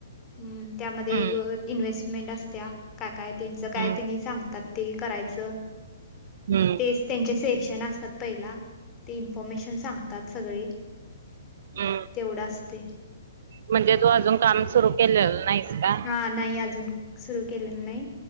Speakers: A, on the left; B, on the right.
A: हम्म, त्यामध्ये
B: हम्म
A: इन्व्हेस्टमेंट असत्या काय, काय त्यांचं काय
B: हम्म
A: त्यांनी सांगतात ते करायचं,
B: हम्म
A: तेच त्यांचे सेशन असतात पहिला ते इन्फॉर्मेशन सांगतात सगळे,
B: हम्म
A: तेवढं असतय.
B: म्हणजे तू अजून काम सुरू केलेलं नाहीस का?
A: हा नाही अजून सुरू केलेलं नाही,